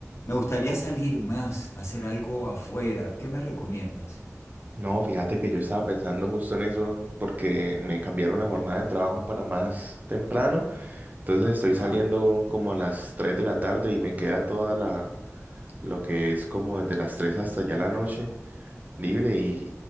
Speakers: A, on the left; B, on the right.
A: Me gustaría salir más, hacer algo afuera. ¿Qué me recomiendas?
B: No, fíjate que yo estaba pensando justo en eso porque me cambiaron la jornada de trabajo para más temprano. Entonces estoy
A: Ajá.
B: saliendo como a las 3 de la tarde y me queda toda la, lo que es como desde las 3 hasta ya la noche libre y,